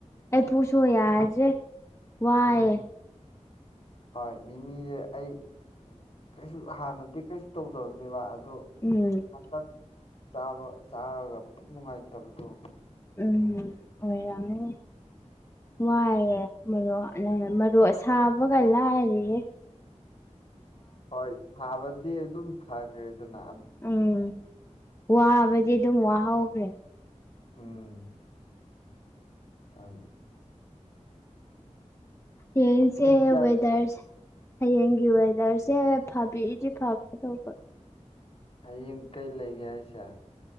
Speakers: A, on the left; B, on the left.
A: ꯑꯩ ꯄꯨꯁꯨ ꯌꯥꯗ꯭ꯔꯦ ꯋꯥꯏꯑꯦ
B: ꯎꯝ ꯍꯣꯢ ꯃꯤꯃꯤꯖꯦ ꯑꯩ ꯀꯩꯁꯨ ꯍꯥꯟꯅꯗꯤ ꯀꯩꯁꯨ ꯇꯧꯗꯕꯅꯦꯕ ꯑꯗꯣ
A: ꯎꯝ
B: ꯍꯟꯗꯛ ꯆꯥꯕ ꯆꯥꯔꯒ ꯄꯨꯛ ꯅꯨꯡꯉꯥꯢꯇꯕꯗꯣ
A: ꯎꯝꯍꯨꯝ ꯑꯣꯢ ꯃꯅꯦ ꯋꯥꯢꯑꯦ ꯃꯔꯣꯛ ꯃꯔꯣꯛ ꯑꯁꯥꯕꯒ ꯂꯥꯢꯔꯌꯦ
B: ꯍꯣꯢ ꯊꯥꯕꯗꯤ ꯑꯗꯨꯝ ꯐꯈ꯭ꯔꯦꯗꯅ
A: ꯎꯝ ꯋꯥꯕꯗꯤ ꯑꯗꯨꯝ ꯋꯥꯍꯧꯈ꯭ꯔꯦ
B: <unintelligible> ꯑ
A: ꯌꯦꯁꯦ
B: ꯄꯨꯡ ꯀꯌꯥ
A: ꯋꯦꯗꯔꯁꯦ ꯍꯌꯦꯡꯒꯤ ꯋꯦꯗꯔꯁꯦ ꯐꯥꯕꯤꯔꯤꯗꯤ ꯐꯒꯗꯧꯕ
B: ꯍꯌꯦꯡ ꯀꯩ ꯂꯩꯒꯦ ꯍꯥꯢꯁꯦ